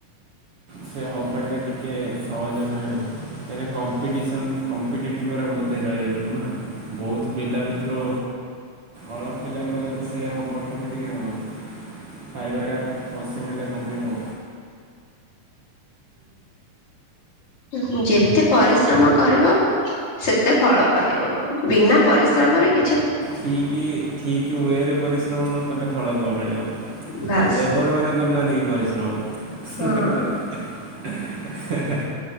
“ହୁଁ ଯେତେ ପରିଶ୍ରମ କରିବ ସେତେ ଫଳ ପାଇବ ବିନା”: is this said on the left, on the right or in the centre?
Left